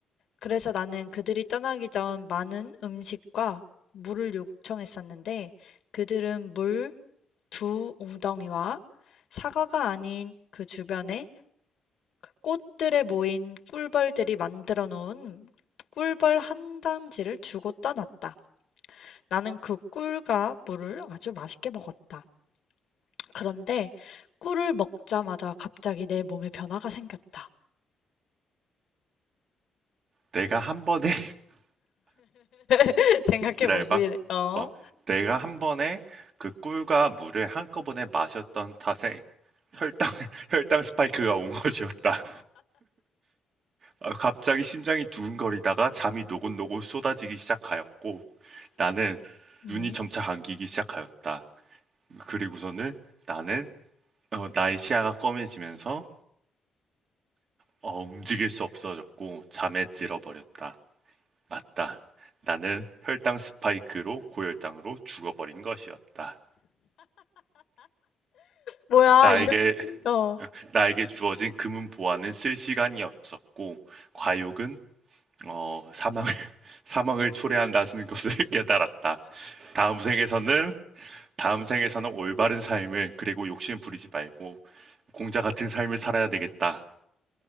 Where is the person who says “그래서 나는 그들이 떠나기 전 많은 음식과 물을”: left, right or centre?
Left